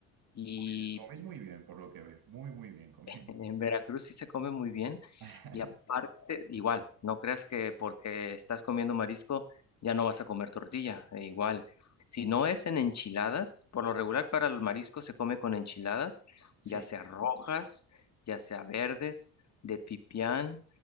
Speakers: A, on the left; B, on the right.
A: Y
B: Pues coméis muy bien, por lo que veo. Muy, muy bien coméis.
A: en Veracruz sí se come muy bien.
B: <laughs>
A: Y aparte, igual, no creas que porque estás comiendo marisco ya no vas a comer tortilla, e igual. Si no es en enchiladas, por lo regular para los mariscos se come con enchiladas,
B: Sí,
A: ya sea rojas, ya sea verdes, de pipián,